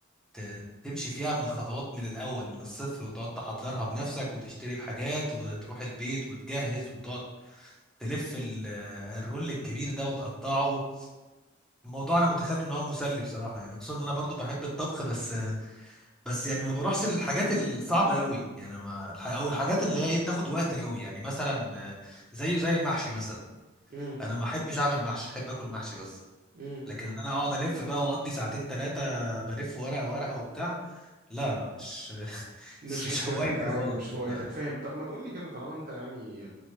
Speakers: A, in the centre; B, on the right.
A: ت- تمشي فيها من الخطوات من الأول من الصفر وتقعد تحضرها بنفسك وتشتري الحاجات وتروح البيت وتجهز وتقعد تلف ال- الرول الكبير ده وتقطعه الموضوع انا متخيل ان هو مسلي بصراحه يعني خصوصا ان انا برضو بحب الطبخ بس بس يعني ما بروحش للحاجات الصعبه قوي يعني ما الح- او الحاجات اللي هي بتاخد وقت قوي يعني مثلا آه، زيه زي المحشي مثلا
B: امم
A: انا ما احبش اعمل محشي احب اكل محشي بس
B: امم
A: لكن ان انا اقعد الف بقى واقضي ساعتين ثلاثه بلف ورقه ورقه وبتاع لا لا مش <laughs>
B: مش
A: مش
B: حتتك
A: هوايتي
B: ايوه
A: خالص
B: مش هوايتك
A: لا
B: فاهم طب ما تقولي كده طالما انت يعني